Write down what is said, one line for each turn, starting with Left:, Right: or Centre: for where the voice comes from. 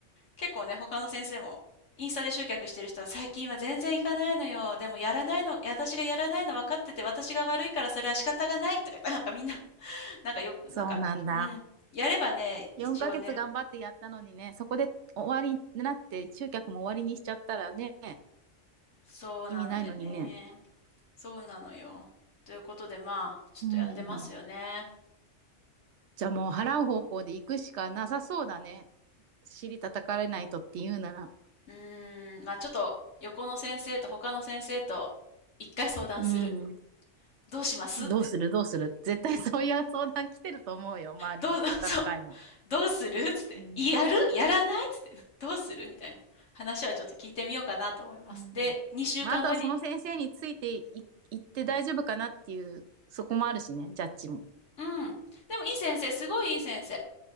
Left: 結構ね、他の先生も、インスタで集客してる人は最近は全然行かないのよ。でもやらないの、私がやらないの分かってて、私が悪いからそれは仕方がないとか言ったらなんかみんな、<laughs> なんかよく、なんか、
Right: そうなんだ。
Left: うん。やればね、
Right: 4ヶ月頑張ってやったのにね、
Left: 一応ね、
Right: そこで終わりになって、集客も終わりにしちゃったらね、
Left: そうなんだよね。
Right: 意味ないのにね。
Left: そうなのよ。ということで、まあ、ちょっとやってますよね。
Right: うん。じゃあもう払う方向で行くしかなさそうだね。尻叩かれないとって言うなら。
Left: うーん、まあちょっと、横の先生と他の先生と、一回相談する。
Right: うん。
Left: どうしますって。
Right: どうするどうする絶対 <laughs> そういう相談来てると思うよ。周り、
Left: どう、<laughs>
Right: 他の会も。
Left: そう。どうするつって。
Right: うん。
Left: やるやらないどうするみたいな話はちょっと聞いてみようかなと思います。
Right: うん。
Left: で、2週間後に。
Right: まあ、あとはその先生についてい行って大丈夫かなっていう、そこもあるしね、ジャッジも。
Left: うん。でもいい先生、すごいいい先生。